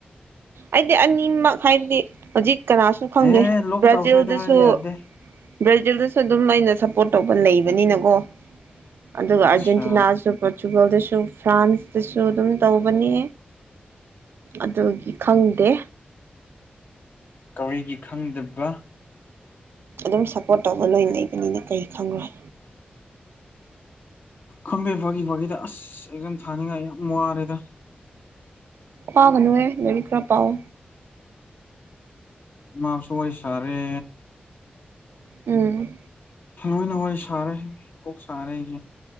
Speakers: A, on the right; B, on the left.
A: ꯍꯥꯏꯗꯤ ꯑꯅꯤꯃꯛ ꯍꯥꯏꯕꯗꯤ ꯍꯧꯖꯤꯛ ꯀꯅꯥꯁꯨ ꯈꯪꯗꯦ
B: ꯑꯦ ꯂꯣꯛ
A: ꯕ꯭ꯔꯥꯖꯤꯜꯗꯁꯨ
B: ꯇꯧꯈ꯭ꯔꯦ ꯑꯗꯨ ꯍꯥꯏꯕ ꯌꯥꯗꯦ
A: ꯕ꯭ꯔꯥꯖꯤꯜꯗꯁꯨ ꯑꯗꯨꯝ ꯑꯩꯅ ꯁꯞꯄꯣꯔꯠ ꯇꯧꯕ ꯂꯩꯕꯅꯤꯅꯀꯣ ꯑꯗꯨꯒ
B: ꯑꯠꯆꯥ
A: ꯑꯔꯖꯦꯟꯇꯤꯅꯥꯁꯨ ꯄꯣꯆꯨꯒꯣꯜꯗꯁꯨ ꯐ꯭ꯔꯥꯟꯁꯇꯁꯨ ꯑꯗꯨꯝ ꯇꯧꯕꯅꯤ ꯑꯗꯨꯒꯤ ꯈꯪꯗꯦ
B: ꯀꯔꯤꯒꯤ ꯈꯪꯗꯕ
A: ꯑꯗꯨꯝ ꯁꯞꯄꯣꯔꯠ ꯇꯧꯕ ꯂꯣꯏ ꯂꯩꯕꯅꯤꯅ ꯀꯔꯤ ꯈꯪꯈ꯭ꯔꯣꯏ
B: ꯈꯪꯗꯦ ꯐꯥꯒꯤ ꯐꯥꯒꯤꯗ ꯑꯁ ꯑꯩꯝ ꯊꯥꯅꯤꯡꯉꯥꯏ ꯌꯥꯝ ꯋꯥꯔꯦꯗ
A: ꯄꯥꯒꯅꯨꯍ ꯂꯥꯏꯔꯤꯛ ꯈꯔ ꯄꯥꯑꯣ
B: ꯃꯥ ꯁꯋꯥꯏꯁꯔꯦ
A: ꯑꯝ
B: ꯣꯏꯅ ꯋꯥꯔꯤ ꯁꯥꯔꯦ ꯀꯣꯛ ꯁꯥꯔꯦ ꯑꯩꯁꯦ